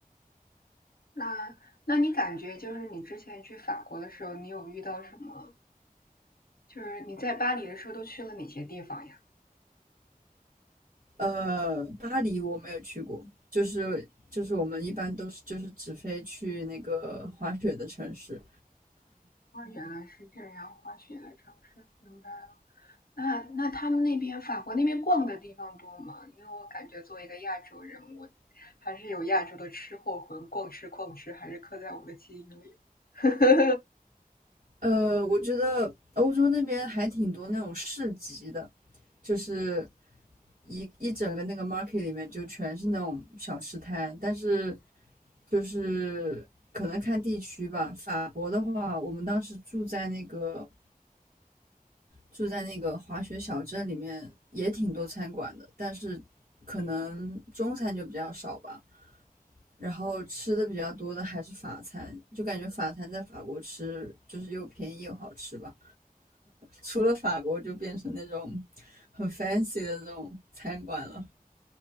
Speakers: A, on the left (about 75°); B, on the right (about 55°).
A: 那那你感觉就是你之前去法国的时候，你有遇到什么？就是你在巴黎的时候都去了哪些地方呀？
B: 呃，巴黎我没有去过，就是就是我们一般都是就是只飞去那个滑雪的城市，
A: 哦，原来是这样，滑雪的城市，明白了。那那他们那边法国那边逛的地方多吗？因为我感觉作为一个亚洲人，我还是有亚洲的吃货魂，逛吃逛吃还是刻在我的基因里。<laughs>
B: 呃，我觉得欧洲那边还挺多那种市集的，就是一一整个那个 market 里面就全是那种小吃摊，但是就是可能看地区吧。法国的话，我们当时住在那个住在那个滑雪小镇里面，也挺多餐馆的，但是可能中餐就比较少吧。然后吃的比较多的还是法餐，就感觉法餐在法国吃就是又便宜又好吃吧。除了法国就变成那种很 fancy 的那种餐馆了，